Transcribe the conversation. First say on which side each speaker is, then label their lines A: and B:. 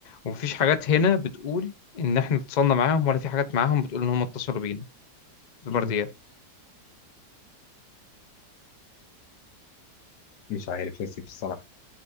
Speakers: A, on the left; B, on the left.
A: ومفيش حاجات هنا بتقول إن إحنا اتصلنا معاهم ولا في حاجات معاهم بتقول إن هم اتصلوا بينا في البرديات
B: مم. مش عارف يا سيدي الصراحة